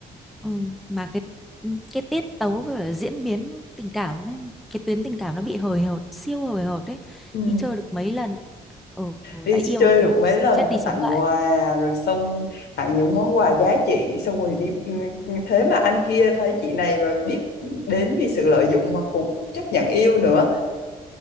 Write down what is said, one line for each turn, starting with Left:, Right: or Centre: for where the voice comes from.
Centre: Ừ, mà cái ừ, cái tiết tấu và diễn biến tình cảm ấy, cái tuyến tình cảm nó bị hời hợt siêu hời hợt đấy
Left: ừ.
Centre: đi chơi được mấy lần ừ,
Left: đi
Centre: đã yêu
Left: chơi
Centre: kiểu
Left: được mấy lần
Centre: chết đi
Left: mà
Centre: sống
Left: tặng
Centre: lại
Left: quà rồi xong tặng những món quà giá trị xong rồi đi ừ, ừ, thế mà anh kia thấy chị này mà biết đến vì sự lợi dụng mà cũng chấp nhận yêu nữa